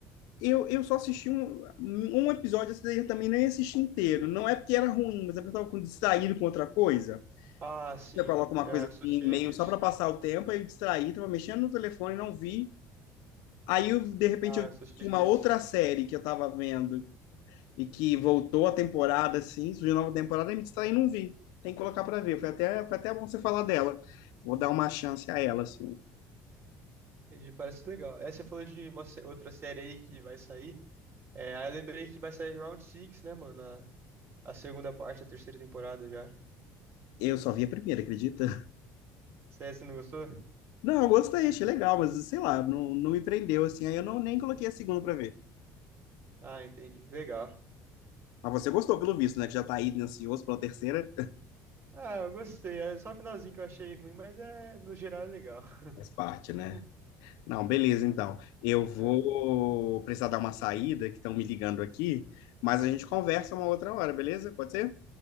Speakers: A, on the left; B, on the right.
A: eu, eu só assisti um, um episódio, esse daí eu também nem assisti inteiro. Não é porque era ruim, mas é porque eu tava com- distraído com outra coisa.
B: Ah, sim.
A: Você coloca uma
B: Ah,
A: coisa
B: eu
A: assim,
B: sou cheio
A: meio
B: disso.
A: só para passar o tempo, aí eu distraí, tava mexendo no telefone, não vi. Aí, eu, de repente,
B: Ah,
A: eu
B: eu sou cheio
A: tinha uma
B: disso.
A: outra série que eu tava vendo e que voltou a temporada, assim, surgiu nova temporada, e me distraí e não vi. Tem que colocar para ver. Foi até, foi até bom você falar dela. Vou dar uma chance a ela, assim.
B: Entendi, parece legal. É, você falou de uma sé- outra série aí que vai sair. É, aí eu lembrei que vai sair Round six né, mano? A, a segunda parte, a terceira temporada já.
A: Eu só vi a primeira, acredita?
B: Sério, você não gostou?
A: Não, eu gostei, achei legal, mas sei lá, não, não me prendeu assim. Aí eu não nem coloquei a segunda pra ver.
B: Ah, entendi. Legal.
A: Mas você gostou, pelo visto, né? Que já tá aí ansioso pela terceira.
B: Ah, eu gostei. É só o finalzinho que eu achei ruim, mas é, no geral é legal.
A: Faz parte, né?
B: <laughs>
A: Não, beleza, então. Eu vou
B: É.
A: precisar dar uma saída, que estão me ligando aqui, mas a gente conversa uma outra hora, beleza? Pode ser?